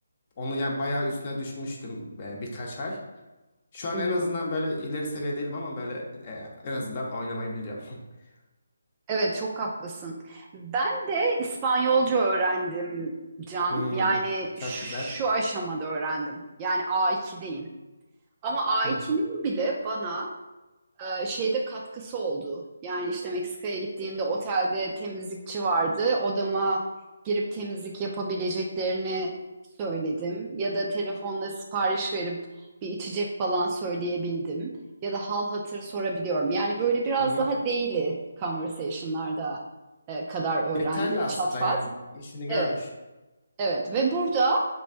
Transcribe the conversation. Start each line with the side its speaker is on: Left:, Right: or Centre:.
Left: Onu yani bayağı üstüne düşmüştüm e, birkaç ay. Şu an
Right: Hı
Left: en
Right: hı.
Left: azından böyle ileri seviye değilim ama böyle e, en azından oynamayı biliyorum. <laughs>
Right: Evet, çok haklısın. Ben de İspanyolca öğrendim Can.
Left: Hmm,
Right: Yani
Left: çok
Right: şu
Left: güzel.
Right: aşamada öğrendim. Yani A2'deyim. Ama A2'nin
Left: Hı hı.
Right: bile bana e, şeyde katkısı oldu. Yani işte Meksika'ya gittiğimde otelde temizlikçi vardı. Odama girip temizlik yapabileceklerini söyledim. Ya da telefonla sipariş verip bir içecek falan söyleyebildim. Ya da hal hatır sorabiliyorum. Yani böyle biraz
Left: Hı hı.
Right: daha daily conversation'larda e, kadar öğrendim.
Left: Yeterli aslında
Right: Çat pat.
Left: yani işini
Right: Evet.
Left: görmüş.
Right: Evet ve burada